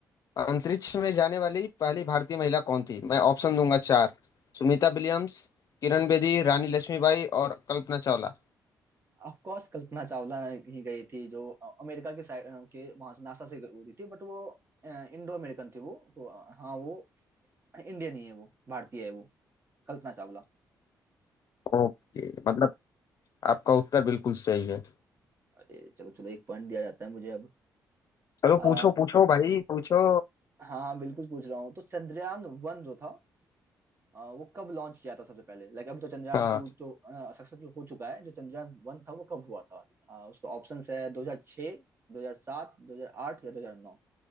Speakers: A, on the left; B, on the right.
A: अंतरिक्ष में जाने वाली पहली भारतीय महिला कौन थी मैं ऑप्शन दूंगा चार सुनीता विलियम्स किरण बेदी रानी लक्ष्मीबाई और कल्पना चावला
B: ऑफ कोर्स कल्पना चावला ही गई थी जो अ, अमेरिका के साइड अ, के वहां से नासा से उड़ी थी बट वो इंडो अमेरिकन थी वो तो अ, हाँ वो इंडियन ही है वो भारतीय है वो कल्पना चावला
A: ओके मतलब आपका उत्तर बिल्कुल सही है
B: अरे चलो चलो एक पॉइंट दिया जाता है मुझे
A: चलो
B: अब
A: पूछो पूछो भाई पूछो
B: हाँ हाँ, बिल्कुल पूछ रहा हूँ तो चंद्रयान वन जो था अ, वो कब लॉन्च किया था सबसे पहले लाइक अभी तो चंद्रयान
A: हाँ
B: टू जो सक्सेसफुल हो चुका है जो चंद्रयान वन था वो कब हुआ था अ, उसका ऑप्शंस है 2006 2007 2008 या 2009